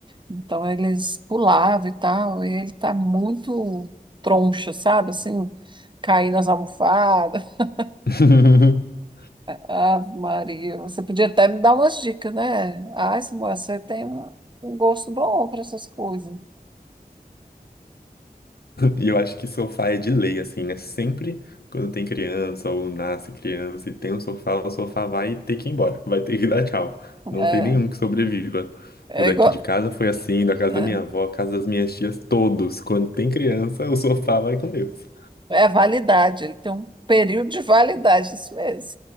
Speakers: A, on the right; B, on the left.
A: então eles pulavam e tal, e ele tá muito troncho, sabe? Assim, caindo nas almofadas. <laughs>
B: <laughs>
A: Ah, Maria, você podia até me dar umas dicas, né? Ai, moça, você tem um um gosto bom para essas coisas.
B: E eu acho que sofá é de lei, assim, né? Sempre quando tem criança ou nasce criança e tem um sofá, o sofá vai ter que ir embora, vai ter que dar tchau. Não
A: É,
B: tem nenhum que sobreviva.
A: é
B: O daqui
A: igual,
B: de casa foi assim, da casa
A: é,
B: da minha avó, casa das minhas tias, todos. Quando tem criança, o sofá vai com Deus.
A: é a validade, ele tem um período de validade, isso mesmo.